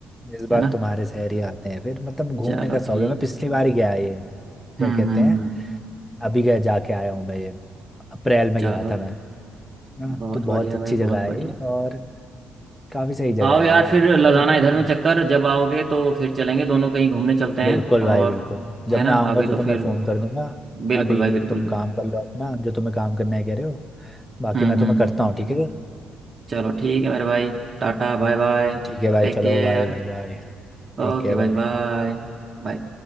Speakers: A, in the centre; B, on the right (about 25°).
A: इस बार
B: है ना
A: तुम्हारे शहर ही आते हैं फिर मतलब घूमने
B: चलो
A: का शौक
B: ठीक
A: है मैं पिछली बार ही गया ये क्या
B: हम्म
A: कहते
B: हम्म
A: हैं
B: हम्म
A: अभी गया जाके आया हूँ मैं ये अप्रैल में
B: चलो
A: गया था मैं हाँ
B: बहुत
A: तो बहुत
B: बढ़िया
A: अच्छी
B: भाई
A: जगह
B: बहुत
A: है
B: बढ़िया
A: ये और काफी सही जगह
B: आओ
A: है
B: यार
A: यार
B: फिर लगाना
A: तो तुम
B: इधर में चक्कर जब आओगे तो फिर चलेंगे दोनों कहीं घूमने चलते हैं
A: बिल्कुल भाई
B: और
A: बिल्कुल
B: है
A: जब मैं
B: ना
A: आऊंगा
B: अभी तो
A: तो तुम्हें
B: फिर
A: फोन कर दूंगा
B: बिल्कुल
A: अभी
B: भाई बिल्कुल
A: तुम
B: बिल्कुल
A: काम कर लो अपना जो तुम्हें काम करना है कह रहे हो बाकी
B: हम्म
A: मैं तुम्हें
B: हम्म
A: करता हूँ ठीक है
B: चलो ठीक है मेरे भाई tata bye bye
A: ठीक है भाई
B: Take
A: चलो
B: care
A: बाय बाय बाय
B: Okay
A: ठीक है
B: भाई
A: भाई
B: बाय बाय